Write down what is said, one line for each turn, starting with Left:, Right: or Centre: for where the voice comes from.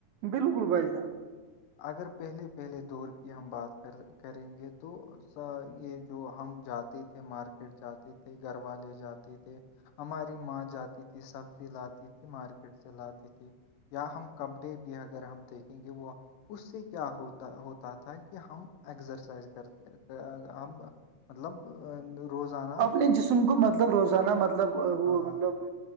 Right: بالکل بھائی جان
Left: اگر پہلے پہلے دور کی ہم بات کریں گے تو یہ جو ہم جاتے تھا مارکیٹ جاتے تھے گھر والے جاتے تھے ہماری ماں جاتی تھی سبزی لاتی تھی مارکیٹ سے لاتی تھی یا ہم کپڑے بھی اگر ہم دیکھیں گے وہ اس سے کیا ہوتا ہوتا تھا کہ ہم ایکسرسائز کرتے ہم مطلب روزان
Right: اپنے جسم کو مطلب روزانہ مطلب وہ
Left: ہاں
Right: مطلب
Left: ہاں